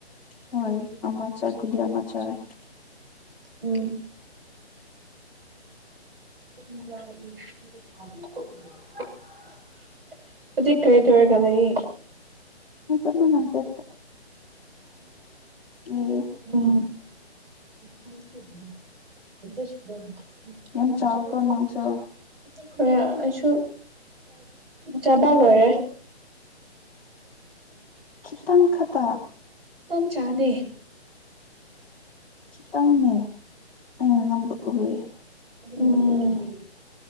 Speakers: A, in the centre; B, on the right (about 55°).
A: ꯍꯣꯏ ꯑꯃ ꯆ ꯒꯨꯜꯂꯤ ꯑꯃ ꯆꯥꯔꯦ
B: ꯎꯝ <inaudible> ꯍꯧꯖꯤꯛ ꯀꯔꯤ ꯇꯧꯔꯒ ꯂꯩ ꯌꯦ
A: ꯆꯞ ꯃꯥꯟꯅꯗꯦ ꯂꯩꯌꯦ
B: ꯎꯝ <inaudible>
A: ꯌꯥꯝ ꯆꯥꯎꯔꯦꯀꯣ ꯅꯪꯁꯨ
B: ꯍꯣꯏ ꯑꯩꯁꯨ ꯆꯥꯕꯥ ꯂꯣꯏꯔꯦ
A: ꯈꯤꯇꯪ ꯈꯛꯇ
B: ꯄꯝ ꯆꯥꯗꯦ
A: ꯈꯤꯇꯪꯅꯦ ꯑ ꯅꯝꯕ ꯍꯋꯦ
B: ꯎꯝ